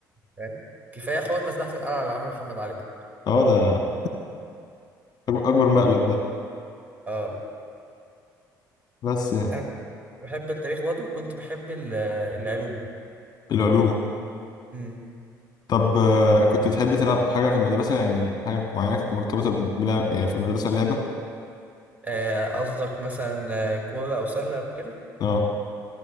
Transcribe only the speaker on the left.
اه ده أك- أكبر مقلب ده
بس يعني
العلوم
طب آه، كنت تحب تلعب حاجة في المدرسة يعني حاجة معينة كانت مرتبطة بلعب يعني في المدرسة اللعبة؟
اه